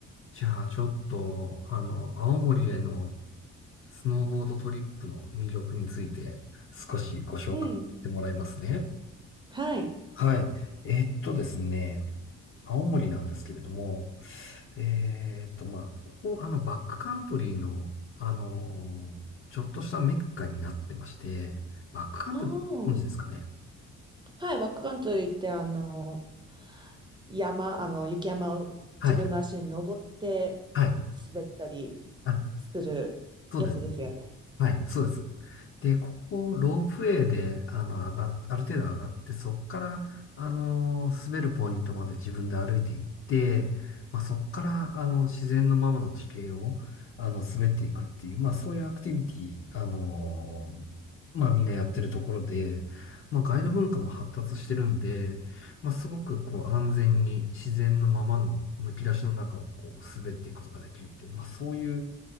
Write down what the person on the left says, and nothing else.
じゃあ、ちょっと、あの、青森への、スノーボードトリップの魅力について少しご紹介してもらいますね。
はい。えーっとですね、青森なんですけれども、えーっと、まあ、ここ、あの、バックカントリーの、あのーちょっとしたメッカになってまして、バックカントリー、
ご存知ですかね。
はい。はい。
あ、
そうです。はい、そうです。で、ここ、ロープウェイで、あの、上がっ、ある程度上がって、そっから、あの、滑るポイントまで自分で歩いていって、まあ、そっから、あの、自然のままの地形を、あの、滑っていくっていう、まあ、そういうアクティビティ、あの、まあ、みんなやってるところで、まあ、ガイド文化も発達してるんで、まあ、すごく、こう、安全に自然のままの、むき出しの中を、こう、滑っていくことができるっていう、まあ、そういう、